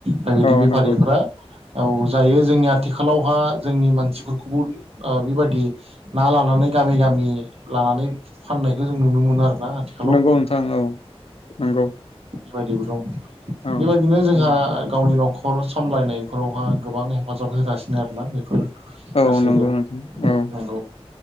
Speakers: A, on the right (about 70°); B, on the left (about 65°).
A: आरो
B: औ
A: बे बेफारिफ्रा
B: नंगौ
A: औ जायो जोंनि आथिखालावहा जोंनि मानसिफोरखौबो ओ बेबायदि ना लानानै गामि गामि लानानै फाननायखौ जों नुनो मोनो आरोना। आथिखालाव
B: नंगौ नोंथां औ नंगौ।
A: बायदिबो दं।
B: औ
A: बेबायदिनो जोंहा आ गावनि न'खर सामलायनायफोरावहा गोबां हेफाजाब होगासिनो आरो। बेफोर
B: औ
A: गासैबो
B: नंगौ नोंथां औ
A: नांगौ